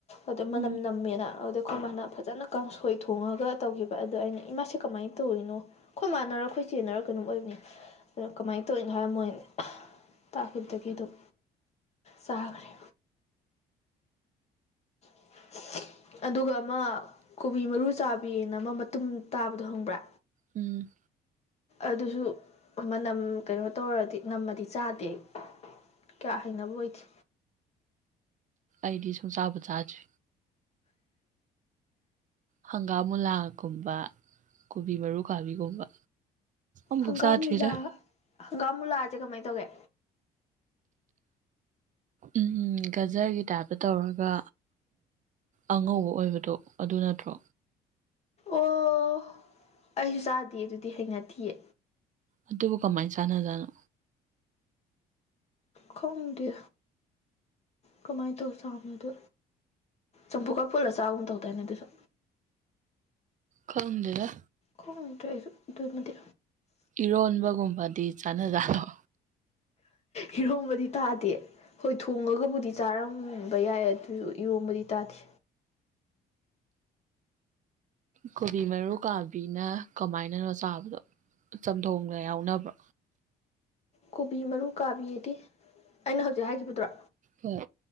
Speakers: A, on the left; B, on the right.
A: ꯑꯗ ꯃꯅꯝ
B: ꯎꯝ
A: ꯅꯝꯃꯦꯅ ꯑꯗꯣ ꯈꯣꯏ ꯃꯥꯅ ꯐꯖꯅ ꯀꯥꯡꯁꯣꯏ ꯊꯣꯡꯉꯒ ꯇꯧꯒꯤꯕ ꯑꯗꯣ ꯑꯩꯅ ꯏꯃꯥꯁꯤ ꯀꯃꯥꯏꯟ ꯇꯧꯋꯤꯅꯣ ꯈꯣꯏ ꯃꯥꯅꯔ ꯈꯣꯏ ꯆꯦꯅꯔ ꯀꯩꯅꯣꯝ ꯑꯣꯏꯕꯅꯤ ꯑꯗ ꯀꯃꯥꯏꯟ ꯇꯧꯋꯤꯢꯅꯣ ꯍꯥꯏꯕ ꯃꯣꯏ ꯇꯥꯈꯤꯕꯗꯒꯤꯗꯨꯝ ꯆꯥꯒꯔꯦ <unintelligible> ꯑꯗꯨꯒ ꯑꯃ ꯀꯣꯕꯤ ꯃꯔꯨ ꯆꯥꯕꯤꯅ ꯑꯃ ꯃꯇꯨꯝ ꯇꯥꯕꯗꯣ ꯈꯪꯕ꯭ꯔꯥ
B: ꯎꯝ
A: ꯑꯗꯨꯁꯨ ꯃꯅꯝ ꯀꯩꯅꯣ ꯇꯧꯔꯗꯤ ꯅꯝꯃꯗꯤ ꯆꯥꯗꯦ ꯑꯩ ꯀ꯭ꯌꯥ ꯍꯩꯅꯕ ꯑꯣꯏꯗꯦ
B: ꯑꯩꯗꯤ ꯁꯨꯡꯆꯥꯕꯨ ꯆꯥꯗ꯭ꯔꯤ ꯍꯪꯒꯥꯝ ꯃꯨꯂꯥꯒꯨꯝꯕ ꯀꯣꯕꯤ ꯃꯔꯨ ꯀꯥꯕꯤꯒꯨꯝꯕ ꯑꯝꯕꯨꯛ
A: ꯍꯪꯒꯥꯝ
B: ꯆꯥꯗ꯭ꯔꯤꯗ
A: ꯃꯨꯂꯥ ꯍꯪꯒꯥꯝ ꯃꯨꯂꯥꯖꯦ ꯀꯃꯥꯏꯟ ꯇꯧꯒꯦ
B: ꯎꯝ ꯒꯖꯔꯒꯤ ꯇꯥꯏꯞꯇ ꯇꯧꯔꯒ ꯑꯉꯧꯕ ꯑꯣꯏꯕꯗꯣ ꯑꯗꯨ ꯅꯠꯇ꯭ꯔꯣ
A: ꯑꯣ ꯑꯩꯖꯨ ꯆꯥꯗꯤꯌꯦ ꯑꯗꯨꯗꯤ ꯍꯩꯅꯊꯤꯌꯦ
B: ꯑꯗꯨꯕꯨ ꯀꯃꯥꯏ ꯆꯥꯟꯅꯖꯥꯠꯅꯣ
A: ꯈꯪꯗꯦ ꯀꯃꯥꯏꯟ ꯇꯧꯆꯅꯣꯗꯨ ꯆꯝꯐꯨꯠꯀ ꯐꯨꯜꯂ ꯆꯥꯕꯒꯨꯝ ꯇꯧꯗꯥꯏꯅꯦ ꯑꯗꯨꯁꯨ
B: ꯈꯪꯗꯦꯗ
A: ꯈꯪꯗ꯭ꯔꯦ ꯑꯩꯁꯨ ꯑꯗꯨꯃꯗꯤ
B: ꯏꯔꯣꯟꯕ ꯒꯨꯝꯕꯗꯤ ꯆꯥꯅꯖꯥꯠꯂꯣ
A: ꯍꯤꯔꯣꯝꯕꯗꯤ ꯇꯥꯗꯦ ꯍꯣꯏ ꯊꯣꯡꯉꯒꯕꯨꯗꯤ ꯆꯥꯔꯝꯕ ꯌꯥꯏ ꯑꯗꯨ ꯏꯔꯣꯝꯕꯗꯤ ꯇꯥꯗꯦ
B: ꯀꯣꯕꯤ ꯃꯔꯨ ꯀꯥꯕꯤꯅ ꯀꯃꯥꯏꯅꯅꯣ ꯆꯥꯕꯗꯣ ꯆꯝꯊꯣꯡꯗ ꯌꯥꯎꯅꯕ꯭ꯔꯣ
A: ꯀꯣꯕꯤ ꯃꯔꯨ ꯀꯥꯕꯤꯗꯤ ꯑꯩꯅ ꯍꯧꯖꯤꯛ ꯍꯥꯏꯒꯤꯕꯗꯨꯔꯣ
B: ꯍꯣꯏ